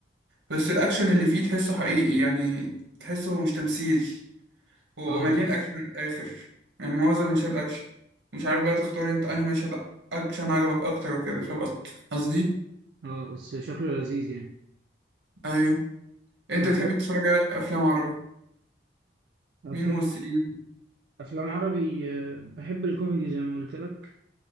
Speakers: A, on the right (about 85°); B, on the right (about 60°).
A: بس الأكشن اللي فيه تحسه حقيقي يعني تحسه مش تمثيل هو
B: آه
A: مليان أكشن من الآخر يعني معظم مشاهد أكشن مش عارف بقى تختار أنت أنهي مشهد أكشن عجبك أكتر وكده فاهم قصد- قصدي؟
B: آه بس شكله لذيذ يعني
A: أيوه أنت
B: أنا
A: بتحب
B: برضه
A: تتفرج على أفلام عربي
B: أفلام
A: مين ممثلين؟
B: أفلام عربي آه، بحب الكوميدي زي ما قلت لك